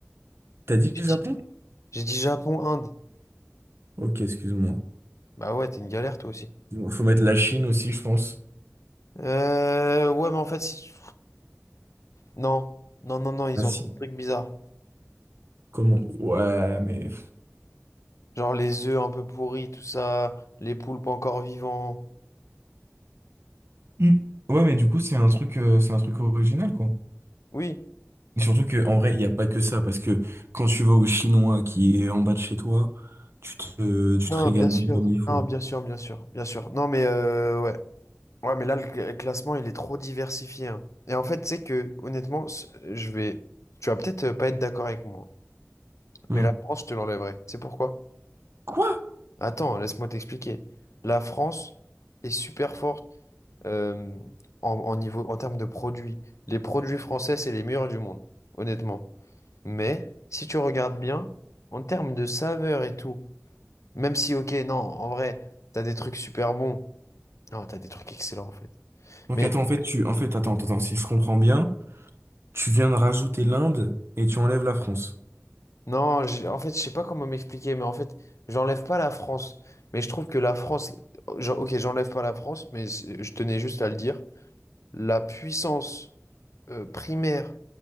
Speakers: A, on the right; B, on the left.
A: T'as dit
B: J'ai
A: le Japon?
B: dit, j'ai dit Japon, Inde.
A: Ok, excuse-moi.
B: Bah ouais, t'es une galère, toi aussi.
A: Excuse-moi. Faut mettre la Chine aussi, je pense.
B: Euh, ouais, mais en fait, si... Non, non, non, non, ils
A: Ah si.
B: ont trop de trucs bizarres.
A: Comment? Ouais, mais...
B: Genre les œufs un peu pourris, tout ça, les poulpes encore vivants.
A: Hmm. Ouais, mais du coup, c'est un truc, euh, c'est un truc original, quoi.
B: Oui.
A: Et surtout que, en vrai, il n'y a pas que ça, parce que quand tu vas au Chinois qui est en bas de chez toi, tu te, tu
B: Non,
A: te régales
B: bien sûr.
A: bien comme il faut.
B: Non, bien sûr, bien sûr, bien sûr. Non, mais euh, ouais. Ouais, mais là, le cl- classement, il est trop diversifié. hein. Et en fait, tu sais que, honnêtement, c- je vais. Tu vas peut-être euh, pas être d'accord avec moi. hein.
A: Hmm.
B: Mais la France, je te l'enlèverai. Tu sais pourquoi?
A: Quoi?
B: Attends, laisse-moi t'expliquer. La France est super forte euh, en, en niveau, en termes de produits. Les produits français, c'est les meilleurs du monde, honnêtement. Mais si tu regardes bien, en termes de saveur et tout, même si, ok, non, en vrai, t'as des trucs super bons. Non, t'as des trucs excellents en fait.
A: Donc
B: Mais
A: attends, en fait, tu, en fait, attends, attends, attends, si je comprends bien. Tu viens de rajouter l'Inde et tu enlèves la France.
B: non, j'ai- en fait, je sais pas comment m'expliquer, mais en fait, j'enlève pas la France. Mais je trouve que la France, genre, ok, j'enlève pas la France, mais c'est- je tenais juste à le dire. La puissance euh, primaire